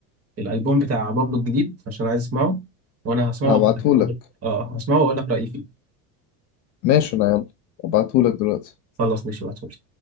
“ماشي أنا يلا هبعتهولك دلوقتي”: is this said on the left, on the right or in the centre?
Left